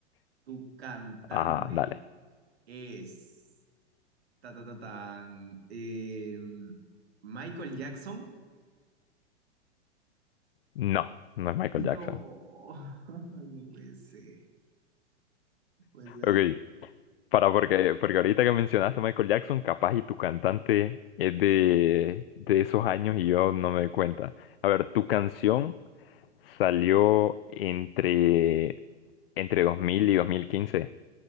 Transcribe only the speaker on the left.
Ajá, dale.
No, no es Michael
Jackson.
Ok, para porque, porque ahorita que mencionaste a Michael Jackson, capaz y tu cantante es de, de esos años y yo no me doy cuenta. A ver, tu canción salió entre, entre 2000 y 2015.